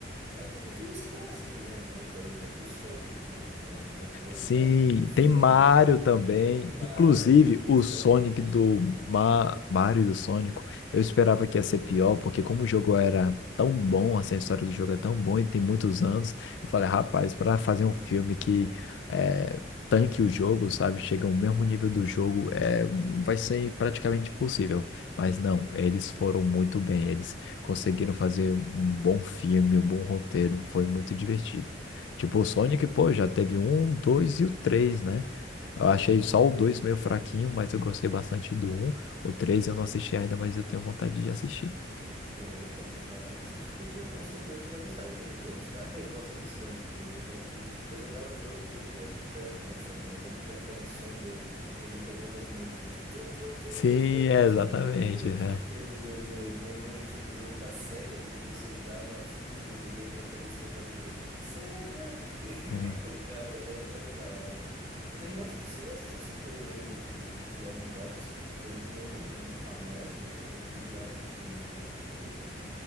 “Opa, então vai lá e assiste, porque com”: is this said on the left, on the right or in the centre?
Right